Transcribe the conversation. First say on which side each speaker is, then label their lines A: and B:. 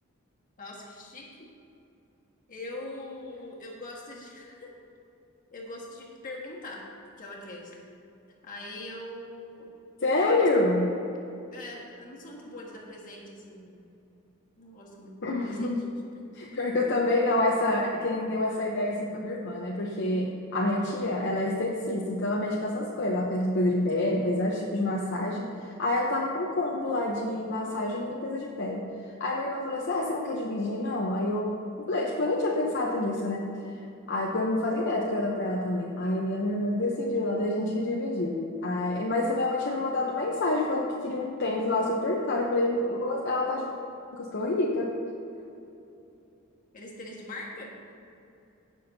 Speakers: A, on the left (about 40°); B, on the left (about 55°).
A: Nossa, que chique. Eu eu gosto de <laughs> eu gosto de perguntar o que ela quer, assim. Aí eu
B: Sério?
A: ela gosta, é, eu não sou muito boa de dar presente assim. Não gosto muito
B: <laughs>
A: de presente, de pre-
B: Pior que eu também não, essa, quem deu essa ideia assim foi minha irmã, né? Porque a minha tia, ela é esteticista, então ela mexe com essas coisas. Ela faz limpeza de pele, faz vários tipos de massagem. Aí ela tava com um combo lá de massagem e limpeza de pele. Aí minha irmã falou assim: ah, você não quer dividir? Não. Aí eu eu falei, tipo, eu nem tinha pensado nisso, né? Aí porque eu não fazia ideia do que eu ia dar pra ela também. Aí a minha irmã que decidiu lá, daí a gente dividiu. Aí, mas a minha mãe tinha me mandado mensagem falando que queria um tênis lá super caro. Eu falei, "Nossa, ela tá achando que eu estou rica.
A: Eles tênis de marca?